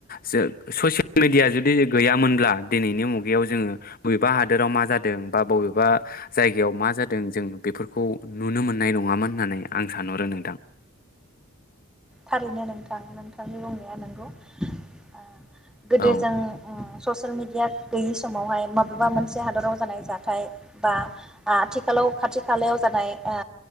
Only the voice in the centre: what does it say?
थारैनो नोंथां नोंथांनि बुंनाया नंगौ ओ गोदो
जों ओम। ससियेल मेडिया गैयि समावहाय माबेबा मोनसे हादराव जानाय जाथाय बा आथिखालाव खाथि खालायाव जानाय ओ